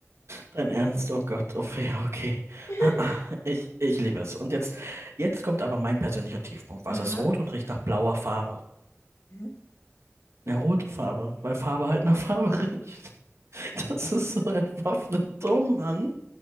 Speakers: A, on the right; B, on the left.
A: Dein Ernst, oh Gott. Oh Fee, okay.
B: <laughs>
A: <laughs> Ich, ich liebe es. Und jetzt, jetzt kommt aber mein persönlicher Tiefpunkt. Was
B: Aha.
A: ist rot und riecht nach blauer Farbe?
B: Mhm.
A: Ja, rote Farbe,
B: Okay.
A: weil Farbe halt nach Farbe <laughs> riecht. <laughs> Das ist so entwaffnet dumm, Mann.